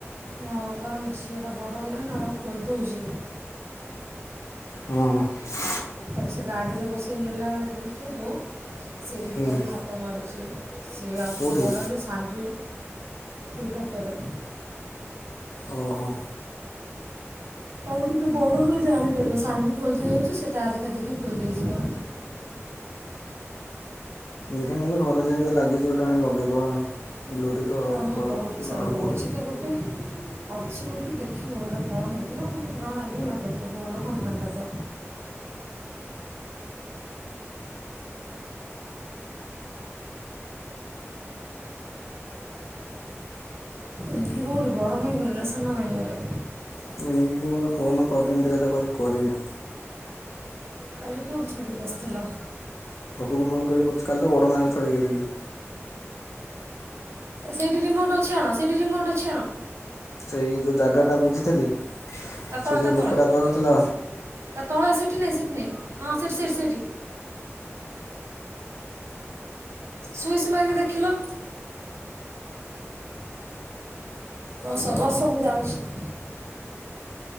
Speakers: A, on the right; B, on the left.
A: ହଁ ପା ଆମ ଝିଅଟା ବଡ଼ ହେଲାଣି ନା ଏଟା ଖୋଲଦୋଉଚି।
B: ହଁ ହଁ।
A: ତାକୁ ସେ ଗାଡ଼ିରେ ବସେଇ ନେଲା ଅଳୁକୁ ଭିତରୁକୁ ସେଇଠିକି
B: ହୁଁ
A: ପଳେଇ ହାତ ମାରୁଚି ସେ ଆଉ
B: କେଉଁଠି
A: ଟିକେ ବଡ଼ ହେଲେ ହାଣ୍ଡି ଫିଲ୍ଟରଟାରେ।
B: ଓହୋ,
A: ଆଉ ଟିକଏ ବଡ଼ ହେଲେ ଜାଣିପାରିବ। ସାନ୍‌ଭି ଖୋଲିଦେଇ ଯାଉଛି ସେ ତା ଦେଖା ଦେଖି ଖୋଲିଦେଇଯିବ।
B: ଦେଖେ ନ ହେଲେ ଘରେ ଯେମିତି ଲାଗିଛି ଗୋଟେ ଆଣି ଲଗେଇଦେବା। ଗ୍ଲୋରିର
A: ନାମ
B: ଗଡ଼୍
A: ବହୁତ ପଇସା ନବ।
B: ଗ୍ଲୋରି
A: ଅଛି ତ ଗୋଟେ। ଅଛି ଗୋଟେ ଦେଖିବ। ଏଇଟା କଣ ହେଇଥିବ। କେତେ ଟଙ୍କା ଲାଗିବ ଲଗେଇଦବ। ଭଲ କମ୍ପାନୀଟା ତ। ରିଙ୍କି କଉଠି? ବଡମାଇଁ ଘରେ ନା ସାନ ମାଇଁ ଘରେ।
B: <unintelligible> ମୋତେ ଫୋନ କରିନି। ଦେଖିଆ ତାକୁ ଆଜି କହିବି।
A: କାଲି କୋଉଠି ଛାଡ଼ିକି ଆସିଥିଲ?
B: ପପୁକୁ ଫୋନ କରିକି କହୁଛି, କାଲି ତା ବଡ଼ମା ଘରେ ଛାଡ଼ିକି ଆଇଥିଲି।
A: ସେଇଠି ରିମୋଟ ଅଛି ଆଣ- ସେଠି ରିମୋଟ ଅଛି ଆଣ।
B: ସେଇ ଯେଉଁ ଜାଗାଟା ବୁଝିଥିଲି
A: ତା ତଳେ
B: ସେ ଯେଉଁ
A: -ତା ତଳେ-
B: ଲୋକଟା କହୁନଥିଲା
A: ତା ତଳେ, ସେଠି ନାହିଁ -ସେଠି ନାହିଁ। ହଁ ସେଠି- ସେଠି -ସେଇଠି। ସୁଇଚ ମାରିକି ଦେଖିଲ! ବସ ବସ ମୁଁ ଯାଉଛି।